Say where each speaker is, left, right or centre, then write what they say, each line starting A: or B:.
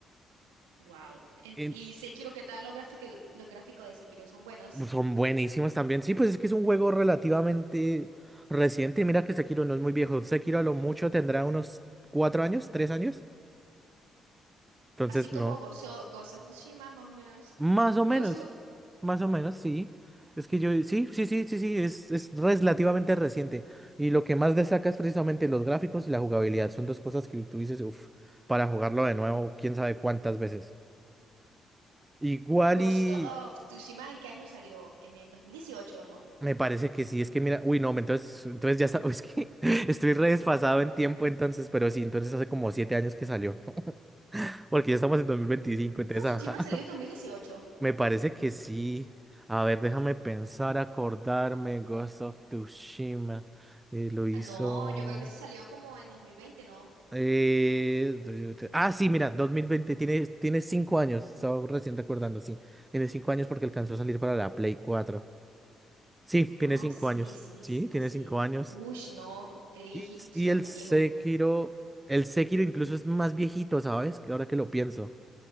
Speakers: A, on the right; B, on the right.
A: Wow.
B: En-
A: y Sekiro, ¿qué tal? Los gráficos, los gráficos de Sekiro son buenos.
B: pues, son buenísimos también. Sí, pues es que es un juego relativamente reciente. Mira que Sekiro no es muy viejo. Sekiro a lo mucho tendrá unos cuatro años, tres años. Entonces,
A: Así como
B: no.
A: Gozo- Ghost of Tsushima, más o menos.
B: Más o
A: Ghost
B: menos,
A: of,
B: más o menos, sí. Es que yo, sí, sí, sí, sí, sí, es, es relativamente reciente. Y lo que más destaca es precisamente los gráficos y la jugabilidad. Son dos cosas que tú dices, uff, para jugarlo de nuevo, quién sabe cuántas veces. Igual
A: Ghost
B: y
A: of Tsushima, ¿en qué año salió? ¿En el 2018 o no?
B: me parece que sí, es que mira, uy, no, entonces, entonces ya está, <laughs> es que estoy re desfasado en tiempo entonces, pero sí, entonces hace como siete años que salió, <laughs> porque ya estamos en 2025
A: Ghost
B: entonces,
A: of
B: ajá.
A: Tsushima salió en 2018.
B: Me parece que sí. A ver, déjame pensar, acordarme. Ghost of Tsushima. eh, lo hizo.
A: Ah, no, yo creo que se salió como en 2020, ¿no?
B: eh, Ah, sí, mira, 2020 Tiene, tiene cinco años. Estaba recién recordando, sí. Tiene cinco años porque alcanzó a salir para la Play cuatro Sí,
A: Ah,
B: tiene cinco
A: sí,
B: años.
A: sí,
B: Sí,
A: sí,
B: tiene
A: sí.
B: cinco años.
A: Ush, no, qué vieji-
B: Y,
A: <laughs> está
B: y el
A: muy
B: Sekiro.
A: viejo.
B: El Sekiro incluso es más viejito, ¿sabes? Que ahora que lo pienso.